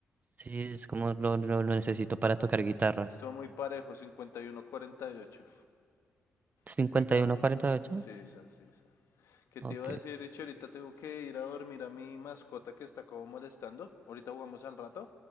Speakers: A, on the right; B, on the left.
A: Sí, es como lo, lo, lo necesito para tocar guitarra.
B: Estuvo muy parejo, 51-48.
A: 51-48.
B: Es que camina. Sí, esa, sí, esa. ¿Qué te
A: Ok.
B: iba a decir, Richie? Ahorita tengo que ir a dormir a mi mascota que está como molestando. Ahorita jugamos al rato.